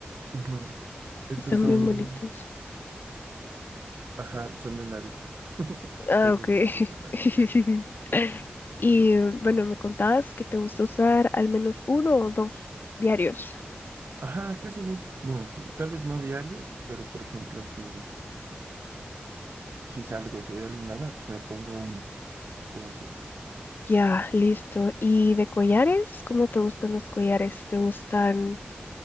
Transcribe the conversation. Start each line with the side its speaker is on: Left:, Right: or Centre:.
Right: Ujú. Estos
Left: están
Right: son,
Left: bien <laughs> bonitos.
Right: ajá, son de Naruto. <laughs>
Left: Ah,
Right: Esos
Left: ok.
Right: dos son de Naruto.
Left: <laughs> Y eh, bueno, me contabas que te gusta usar al menos uno o dos diarios.
Right: Ajá, casi no, bueno, tal vez no diario, pero por ejemplo, si, si salgo, si voy a algún lado, pues me pongo uno o así.
Left: Ya, listo. ¿Y de collares? ¿Cómo te gustan los collares? ¿Te gustan?